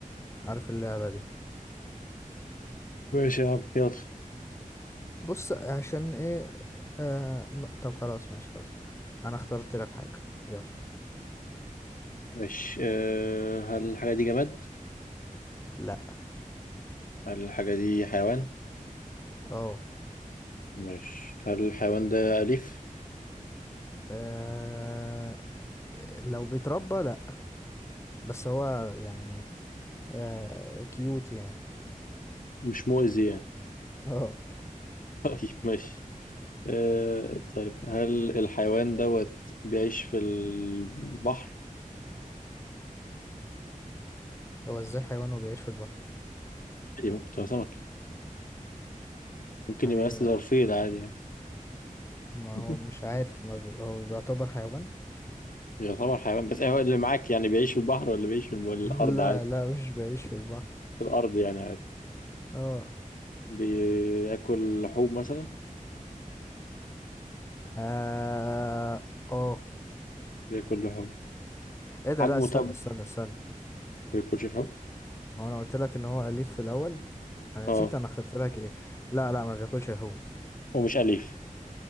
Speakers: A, on the left; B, on the left.
A: عارف اللعبة دي
B: ماشي يا عم يلا
A: بص عشان ايه آه م- طب خلاص ماشي خلاص انا اخترت لك حاجة يلا
B: ماشي أه هل الحاجه دي جماد
A: لا
B: هل الحاجه دي حيوان
A: اه
B: ماشي هل الحيوان ده اليف
A: آه، لو بيتربى لا بس هو يعني آه كيوت يعني
B: مش مؤذي يعني
A: اه
B: <laughs> طيب ماشي أه طيب هل الحيوان دوت بيعيش في البحر
A: هو ازاي حيوان وبيعيش في البحر
B: عادي ممكن تبقى سمكة ممكن
A: هي
B: يبقى بس ظرفية عادي يعني
A: ما
B: <laughs>
A: هو مش عارف ما بي... هو بيعتبر حيوان
B: يعتبر حيوان بس هو اللي معاك يعني بيعيش في البحر ولا بيعيش في الم- الأرض
A: <laughs> لا
B: عادي
A: لا مش بعيش في البحر
B: في الأرض يعني عادي
A: اه
B: بياكل لحوم مثلا
A: اه اه
B: بياكل لحوم
A: ايه ده
B: حجمه
A: لا استنى
B: طب ما
A: استنى استنى
B: بياكلش لحوم
A: هو انا قلت لك ان هو اليف في الاول انا
B: اه
A: نسيت انا اخترت لك ايه لا لا ما بياكلش لحوم
B: ومش أليف